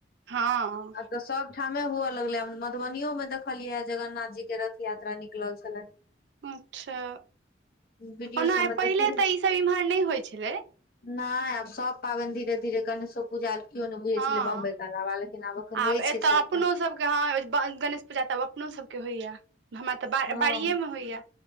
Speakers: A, on the right; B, on the left.
A: हॅं।
B: आब तऽ सब ठामे हुअ लगलै मधुबनियो में देखलियैये जगन्नाथ जी के रथ यात्रा निकलल छलै।
A: अच्छा,
B: वीडियो
A: ओना
B: सबमे
A: अ पहिले
B: देखलियै
A: तऽ ई सब इम्हर नहि होइ छलै
B: नहि आब सब पाबनि धीरे धीरे गणेशो पूजा केओ नहि बुझै
A: हँ
B: छलै बम्बई के अलावा लेकिन एखन
A: आब
B: होइ
A: एतऽ
B: छै सबटा
A: अपनो स सबके हॅं गणेश पूजा तऽ अपनो सबके होइयै हमरा तऽ बा
B: हँ
A: बाड़िए मे होइयै।